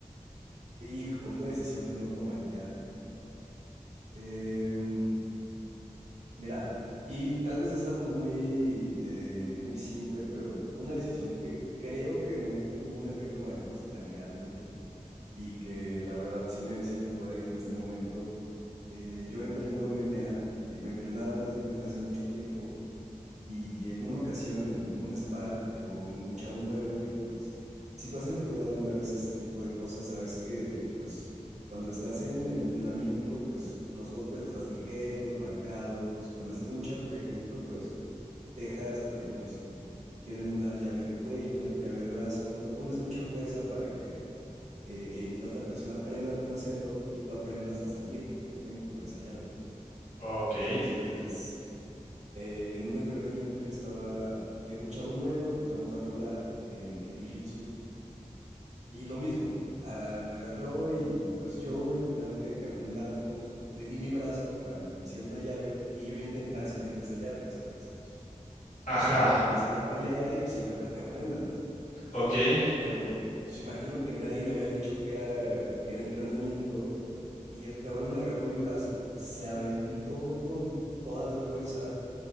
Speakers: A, on the right; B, on the left.
A: Híjole, una decisión que no tomaría. Em, mira, y tal vez es algo muy, eh, muy simple, pero una decisión que creo que no tuvo un efecto mariposa tan grande y que la verdad sí me, sí me jode en este momento. Eh, yo entreno MMA, eh, bueno, entrenaba más bien desde hace mucho tiempo Y, y en una ocasión, en, en un spar, llegó un, un chavo nuevo y pues, si tú has entrenado alguna vez este tipo de cosas, sabes que pues cuando estás en, en entrenamiento, pues los golpes los das ligeros, marcados. Cuando es lucha, por ejemplo, pues dejas, por ejemplo, si quieren una llave de cuello, una llave de brazo, no pones mucha fuerza para que eh, el- la otra persona aprenda cómo hacerlo y tú aprendas a salir, por ejemplo, de esa llave.
B: Ok.
A: Entonces eh, en un entrenamiento yo estaba, llegó un chavo nuevo, empezamos a rolar en, en Jiu-Jitsu y lo mismo, ah, me agarró y pues yo en plan de que aprendamos, le di mi brazo para que me hiciera una llave y yo intentar salir de esa llave, ¿sabes? Pues
B: Ajá.
A: eso también pasa en la pelea y sirve para que aprendas.
B: Ok.
A: Pero pues imagino que nadie le había dicho que era, que era entrenamiento y el cabrón agarró mi brazo, se aventó con toda la fuerza